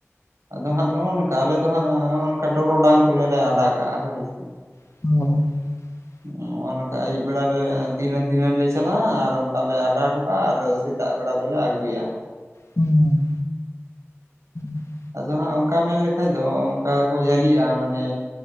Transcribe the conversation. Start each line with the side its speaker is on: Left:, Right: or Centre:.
Right: ᱟᱫᱚ ᱦᱟᱸᱜ ᱱᱚᱜ-ᱚ ᱱᱚᱝᱠᱟ ᱟᱞᱮ ᱫᱚ ᱦᱟᱸᱜ ᱱᱚᱜ-ᱚ ᱱᱚᱝᱠᱟ ᱴᱚᱨᱚᱰᱟᱝ ᱠᱚᱞᱮ ᱞᱮ ᱟᱰᱟ ᱠᱟᱜ-ᱟ ᱦᱳᱭ ᱥᱮ ᱾
Left: <unintelligible>
Right: ᱱᱚᱜ-ᱚ ᱱᱚᱝᱠᱟ ᱟᱹᱭᱩᱵ ᱵᱮᱲᱟ ᱞᱮ ᱫᱷᱤᱱᱟᱹᱝ ᱫᱷᱤᱱᱟᱹᱝ ᱞᱮ ᱪᱟᱞᱟᱜ-ᱟ ᱟᱨ ᱚᱱᱠᱟ ᱞᱮ ᱟᱰᱟ ᱦᱚᱴᱚ ᱠᱟᱜ-ᱟ ᱟᱨ ᱥᱮᱛᱟᱜ ᱵᱮᱲᱟ ᱫᱚᱞᱮ ᱟᱹᱜᱩᱭᱟ ᱾
Left: ᱦᱚᱸ ᱾ <inaudible>
Right: ᱟᱫᱚ ᱦᱟᱸᱜ ᱚᱱᱠᱟ ᱢᱮᱱ ᱞᱮᱠᱷᱟᱡ ᱫᱚ ᱚᱱᱠᱟ ᱠᱚ ᱡᱷᱟᱹᱞᱤᱜ-ᱟ ᱢᱟᱱᱮ